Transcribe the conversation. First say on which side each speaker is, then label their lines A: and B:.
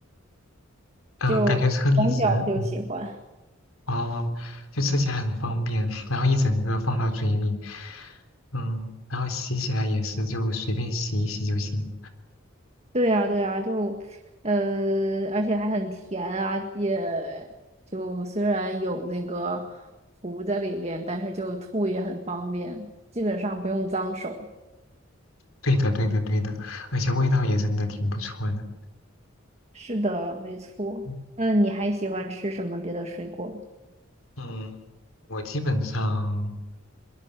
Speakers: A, on the left; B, on the right.
A: 嗯、
B: 就从小就喜欢。
A: 感觉车厘子，哦，就吃起来很方便，然后一整个放到嘴里，嗯，然后洗起来也是就随便洗一洗就行。
B: 对呀，对呀，就，呃，而且还很甜啊，也就虽然有那个糊在里边，但是就吐也很方便，基本上不用脏手。
A: 对的，对的，对的，而且味道也真的挺不错的。
B: 是的，没错。
A: 嗯，
B: 那你还喜欢吃什么别的水果？
A: 嗯我基本上